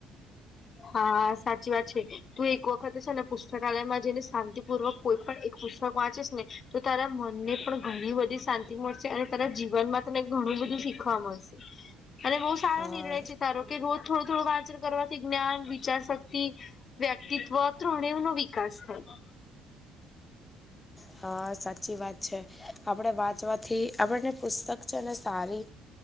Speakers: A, on the left; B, on the left.
A: હા સાચી વાત છે તું એક વખતે છે ને પુસ્તકાલયમાં જઈને. શાંતિપૂર્વક કોઈ પણ એક પુસ્તક વાંચીસ ને તો તારા મનને પણ ઘણી બધી શાંતિ. મળશે અને તારા જીવનમાં તને ઘણું બધું શીખવા મળશે અને બહુ સારો
B: હા,
A: નિર્ણય છે તારો. કે રોજ થોડું થોડું વાચન કરવાથી જ્ઞાન વિચાર શક્તિ. વ્યક્તિત્વ ત્રણેવ નો વિકાસ થાય.
B: હા સાચી વાત છે આપણે વાંચવાથી આપણને પુસ્તક છે ને સારી.